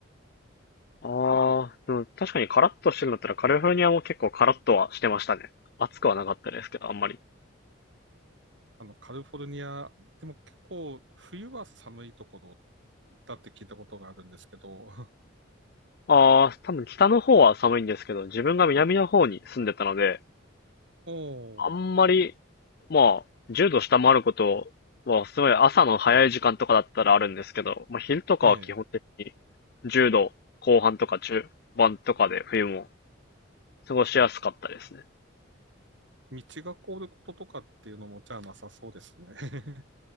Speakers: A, on the left; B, on the right.
A: ああ、でも確かにカラッとしてるんだったらカリフォルニアも結構カラッとはしてましたね。暑くはなかったですけど、あんまり。
B: あの、カリフォルニア、でも結構、冬は寒いところだって聞いたことがあるんですけど、<laughs>
A: ああ、多分北の方は寒いんですけど、自分が南の方に住んでたので、
B: おー、
A: あんまり、まあ、10度下回ることは、すごい朝の早い時間とかだったらあるんですけど、まあ昼とかは基本的に10度後半とか中盤とかで冬も
B: ねえ、
A: 過ごしやすかったですね。
B: 道が凍ることとかっていうのもじゃあなさそうですね。